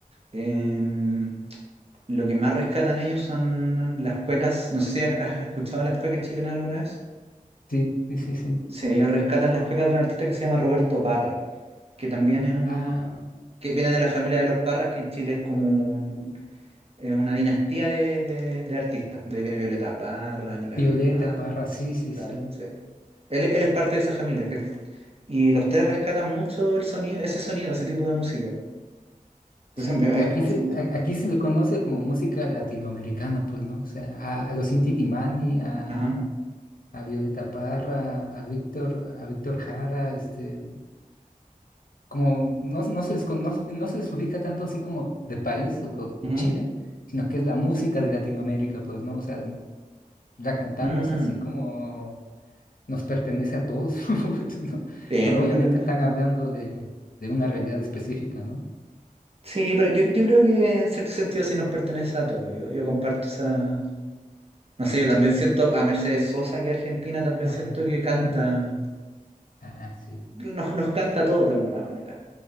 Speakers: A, on the right; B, on the left.
A: em, lo que más rescatan ellos son las cuecas, no sé si has has escuchado las cuecas chilenas alguna vez.
B: sí, sí, sí, sí.
A: Sí, ellos rescatan las cuecas de un artista que se llama Roberto Parra. que también es un,
B: Ah,
A: que viene de la familia de los Parras, que en Chile es como un- es una dinastía de, de- de artistas. De ahí viene Violeta Parra, Nicanor
B: Violeta
A: Parra,
B: Parra, sí, sí,
A: claro,
B: sí.
A: sí. Él, él es parte de esa familia. que- y los tres rescatan mucho el sonido, ese sonido, ese tipo de música. Entonces
B: Sí,
A: me,
B: aquí
A: me parece
B: se,
A: muy interesante.
B: a- aquí se le conoce como música latinoamericana, pues, ¿no? O sea, a, a los Inti Illimani, a,
A: Ajá.
B: a Violeta Parra, a Víctor, a Víctor Jara, este, como no, no se les conoce, no se no se les ubica tanto así como de país o co-
A: ujú.
B: Chile, sino que es la música de Latinoamérica, pues, ¿no? O sea, la cantamos
A: Mm,
B: así como nos pertenece a todos, <laughs> pues, ¿no?
A: bien,
B: Pero obviamente
A: pero...
B: están
A: ajá.
B: hablando de, de una realidad específica, ¿no?
A: Sí, pero yo, yo creo que en cierto sentido sí nos pertenece a todos. Yo, yo comparto esa... No sé, yo también siento a Mercedes Sosa, que es argentina, también
B: Ah,
A: siento que canta
B: mm, ah, sí.
A: nos, nos canta a todos de alguna manera.